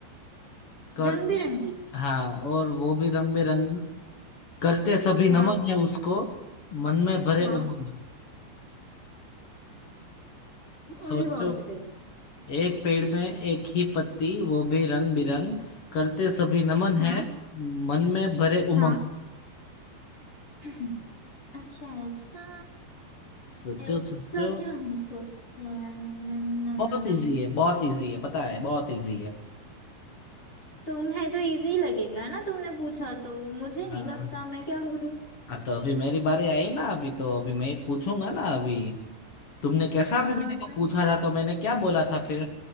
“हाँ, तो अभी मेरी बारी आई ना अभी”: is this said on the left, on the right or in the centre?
Left